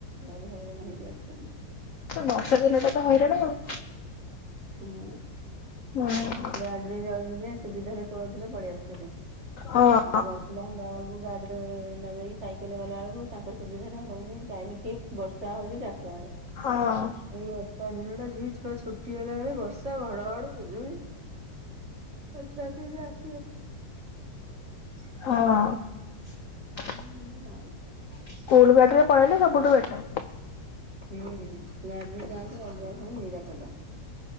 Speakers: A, on the right; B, on the left.
A: ଭଲି ହଇରାଣ ହେଇକି ଆସୁଛନ୍ତି।
B: ବର୍ଷା ଦିନ ଟା ତ ହଇରାଣ ଆଉ।
A: ହୁଁ।
B: ହୁଁ।
A: ଗାଡିରେ ଯାଉଥିଲେ ସୁବିଧାରେ ପଳଉଥିଲେ ପଳେଇ ଆସୁଥିଲେ।
B: ହଁ।
A: ଆଉ ବଡ ପିଲା ହେଲା ବେଳକୁ ଗାଡିରେ ନ ଯାଇକି ସାଇକେଲ ଗଲା ବେଳକୁ ତାଙ୍କ ସୁବିଧାର ହଉନି ଟାଇମ ଠିକ୍ ବର୍ଷା ହଉଛି ଚାରିଟା ବେଳକୁ।
B: ହଁ।
A: ଏଇ ବର୍ଷା ଦିନଟା ଠିକ୍ ଛୁଆ ଛୁଟି ହେଲା ବେଳେ ବର୍ଷା ଘଡଘଡି ବିଜୁଳି। ଆଉ ଛୁଆ କେମିତି ଆସିବେ?
B: ହଁ।
A: ହୁଁ ସେମିତି ଆଉ।
B: ସ୍କୁଲ ଗାଡି ରେ ପଳେଇଲେ ସବୁଠୁ ବେଟର।
A: ହୁଁ ଗାଡ଼ି ରେ ଯାଆନ୍ତି ଗାଡ଼ିରେ ଆସନ୍ତି ନିରାପଦ।